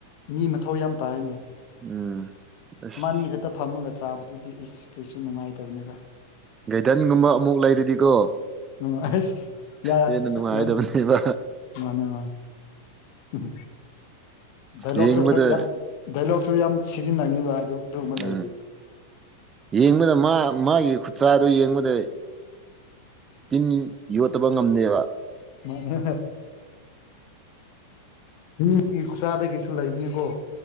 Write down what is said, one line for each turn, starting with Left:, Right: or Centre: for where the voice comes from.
Left: ꯃꯤ ꯃꯊꯧ ꯌꯥꯝ ꯇꯥꯏꯅꯦ
Right: ꯎꯝ ꯑꯁ
Left: ꯃꯥꯅꯤ ꯈꯇ ꯐꯝꯃꯒ ꯆꯥꯕꯗꯨꯗꯤ ꯏꯁ ꯀꯩꯁꯨ ꯅꯨꯉꯥꯏꯇꯕꯅꯤꯕ
Right: ꯒꯥꯥꯏꯗꯟꯒꯨꯝꯕ ꯑꯃꯨꯛ ꯂꯩꯔꯗꯤꯀꯣ
Left: ꯎꯝ ꯑꯍꯩꯁ ꯌꯥ
Right: ꯍꯦꯟꯅ ꯅꯨꯡꯉꯥꯏꯗꯕꯅꯦꯕ
Left: ꯌꯥꯝ ꯃꯥꯅꯦ ꯃꯥꯅꯦ ꯎꯝ ꯗꯥꯏꯂꯣꯛꯁꯨ
Right: ꯌꯦꯡꯕꯗ
Left: ꯈꯔ ꯌꯥ ꯗꯥꯏꯂꯣꯛꯁꯨ ꯌꯥꯝ ꯁꯤꯖꯤꯟꯅꯅꯤꯕ ꯑꯗꯨ ꯑꯗꯨꯒꯨꯝꯕ ꯂꯩꯔꯤ
Right: ꯎꯝ ꯌꯦꯡꯕꯗ ꯃꯥ ꯃꯥꯒꯤ ꯈꯨꯠꯆꯥꯗꯨ ꯌꯦꯡꯕꯗ ꯇꯤꯟꯅꯤ ꯌꯣꯠꯇꯕ ꯉꯝꯗꯦꯕ
Left: ꯃꯥꯅꯦ ꯎꯝ ꯈꯨꯆꯥꯗꯒꯤꯁꯨ ꯂꯩꯕꯅꯤꯒꯣ